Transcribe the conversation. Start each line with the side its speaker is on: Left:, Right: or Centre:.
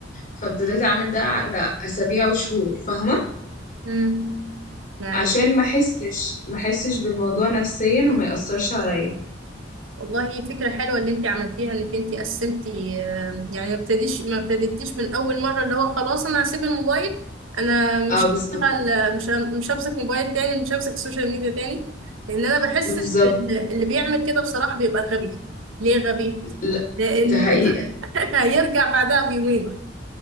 Left: فابتديت أعمل ده على أسابيع وشهور فاهمة
Right: امم معاك
Left: عشان ما احسش ما احسش بالموضوع نفسيا وما يأثرش عليا
Right: والله فكرة حلوة اللي انت عملتيها انك انت قسمتي آه، يعني ما ابتديش ما ابتديتيش من اول مرة اللي هو خلاص انا هسيب الموبايل انا
Left: اه
Right: مش
Left: بالظبط
Right: هشتغل مش ه- مش همسك موبايل تاني مش همسك السوشيال ميديا تاني لان انا بحس
Left: بالظبط
Right: ان اللي بيعمل كده بصراحة بيبقى غبي ليه غبي؟
Left: لا
Right: لانه
Left: ده حقيقة
Right: <laughs> هيرجع بعدها بيومين